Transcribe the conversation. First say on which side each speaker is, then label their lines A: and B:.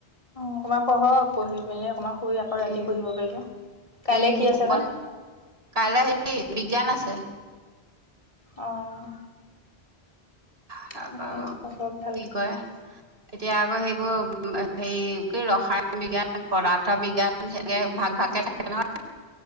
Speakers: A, on the left; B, on the right.
A: অকণমান পঢ়ক পঢ়ি মেলি অকণমান, শুই আকৌ ৰাতি
B: উম
A: পহিব পাৰিব, কাইলৈ
B: উম
A: কি
B: শুব
A: আছে, বা?
B: কাইলৈ সে বিজ্ঞান আছে।
A: অ'
B: তাৰপা
A: তাকে
B: অ'
A: পঢ়ক ভালকে
B: কি কৰে, এতিয়া আকৌ সেইবোৰ হেৰি কি ৰসায়ন বিজ্ঞান পদাৰ্থ বিজ্ঞান। সেনেকে ভাগ ভাগকে থাকে নহ,